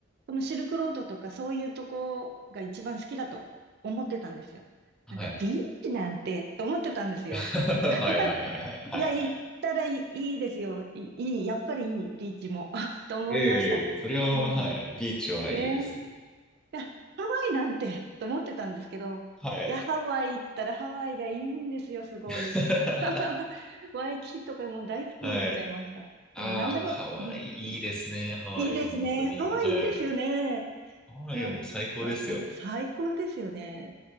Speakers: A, on the right; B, in the centre.
A: そのシルクロードとかそういうとこが一番好きだと思ってたんですよ。
B: はい。
A: なんか、ビーチなんて、と思ってたんですよ。
B: <laughs>
A: <laughs>
B: はいはいはいはいはいはい。
A: いや、行ったらいい、いいですよ。いい、いいやっぱりいい、ビーチも。<laughs> と思いました。
B: ええええそれは、
A: うん。
B: はい、ビーチはいいです。
A: ねえ。いや、ハワイなんて、と思ってたんですけど、
B: はい。
A: いや、ハワイ行ったらハワイがいいんですよ、すごい。
B: <laughs>
A: <laughs> ワイキキとかもう大好きになっちゃいました。
B: はい。ああ、
A: うん、何でも、
B: もうハワイ、
A: うん
B: いいですね。ハワイは本当に。
A: いいですね。ハワイいいですよね。
B: はい。ハワイはもう最高ですよ。
A: なんか、最高ですよね。